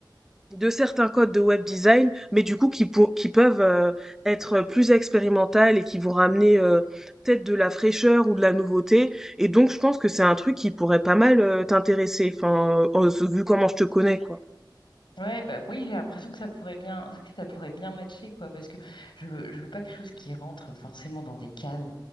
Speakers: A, in the centre; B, on the left (about 80°).
A: de certains codes de web design, mais du coup qui, pour- qui peuvent euh, être plus expérimentales et qui vont ramener euh, peut-être de la fraîcheur ou de la nouveauté. Et donc, je pense que c'est un truc qui pourrait pas mal euh, t'intéresser, enfin, euh, oh, vu comment je te connais, quoi.
B: Ouais, bah oui, j'ai l'impression que ça pourrait bien, que ça pourrait bien matcher, quoi, parce que je veux, je veux pas quelque chose qui rentre forcément dans des cases.